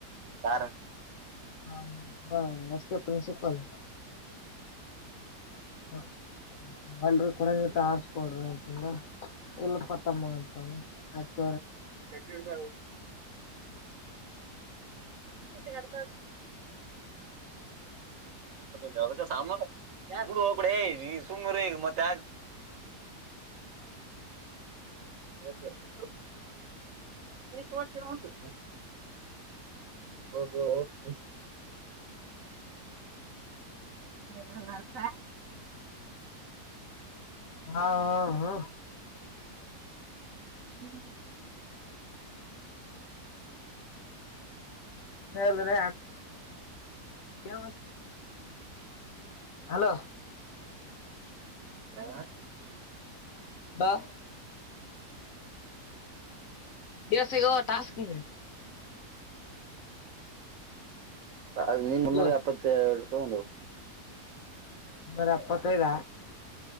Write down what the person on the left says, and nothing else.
ಹ ಹ ಎಸ್ ಕೆ ಪ್ರಿನ್ಸಿಪಲ್ ಹ ಎಲ್ರಿ ಕೊಡಂಗಂತ ಆರ್ಸ್ಕೊಡ್ರಿ ಅಂತಂಗ ಎಲ್ಲ ಕೊತ್ತಮ್ಮ ಅಂತಯತ
ಹಾ ಹಾ ಹಾ
ಬಲ್ಲ ರ ಕೆ ಹಲೋ
ಬಾ ದೇಿವಸಗ ಟಾಸ್ಕ್
ಹಲೋ
ನೂರ ಎಪ್ಪತ್ತೈದ